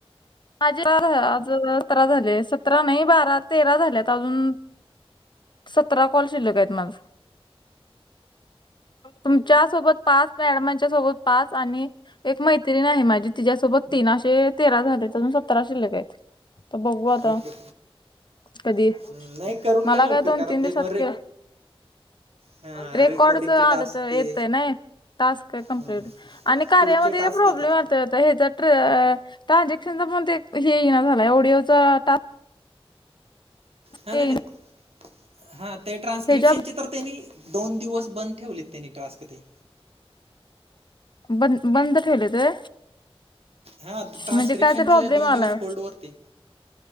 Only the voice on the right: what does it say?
ओके
हम्म, नाही करून
घ्या लवकर
कारण
ते मग रेक हां
रेकॉर्डिंगचे
टास्क
ते
हम्म,
पुढचे टास्क
येतात
हा नाही
नाही हा ते ट्रान्क्रिप्शन
तरनी दोन दिवस बंद. ठेवोलित त्यांनी टास्क तेथे
हा ट्रान्स्क्रिप्शन
चे दोन
दिवस होल्ड वरती